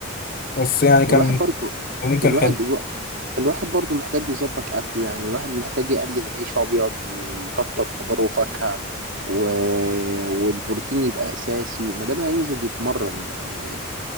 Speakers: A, on the left; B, on the right.
A: بس يعني كان
B: الواحد برضو
A: كان
B: الواحد
A: حلو
B: الواحد برضو محتاج يظبط أكله يعني الواحد محتاج يقلل عيش أبيض ويكتر خضار وفاكهة و... والبروتين يبقى أساسي ما دام هينزل يتمرن لأن